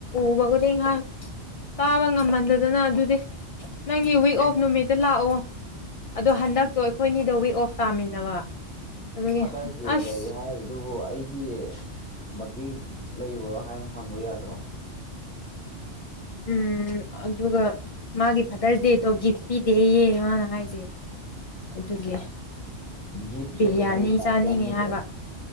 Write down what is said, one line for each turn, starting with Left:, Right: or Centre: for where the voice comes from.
Left: ꯎꯕꯕꯨꯗꯤ ꯉꯍꯥꯏ ꯇꯥꯕ ꯉꯝꯍꯟꯗꯗꯅ ꯑꯗꯨꯗꯤ ꯅꯪꯒꯤ ꯋꯤꯛ
Centre: ꯑꯦ
Left: ꯑꯣꯐ ꯅꯨꯃꯤꯠꯇ ꯂꯥꯛꯑꯣ ꯑꯗꯣ ꯍꯟꯗꯛꯇꯣ ꯑꯩꯈꯣꯏꯅꯤꯗꯣ ꯋꯤꯛ ꯑꯣꯐ ꯇꯥꯃꯤꯟꯅꯕ ꯑꯗꯨꯒꯤ
Centre: ꯐꯥꯗꯔ ꯗꯦ
Left: ꯑꯁ
Centre: ꯂꯩ ꯍꯥꯏ ꯑꯗꯨꯕꯨ ꯑꯩꯒꯤ ꯕꯀꯤ ꯂꯩꯕ꯭ꯔꯣ ꯍꯥꯏꯅ ꯍꯪꯕ ꯌꯥꯗ꯭ꯔꯣ
Left: ꯎꯝ ꯑꯗꯨꯒ ꯃꯥꯒꯤ ꯐꯥꯗꯔꯁ ꯗꯦꯗꯣ ꯒꯤꯐ ꯄꯤꯗꯦꯌꯦ ꯃꯥꯅ ꯍꯥꯏꯁꯦ ꯑꯗꯨꯒꯤ
Centre: ꯒꯤꯞꯁꯦ
Left: ꯕꯤꯔꯌꯥꯅꯤ
Centre: ꯀꯩꯅꯣꯒꯤ ꯇꯥꯏꯞꯇ
Left: ꯆꯥꯅꯤꯡꯉꯦ
Centre: ꯑꯃꯨꯀ
Left: ꯍꯥꯏꯕ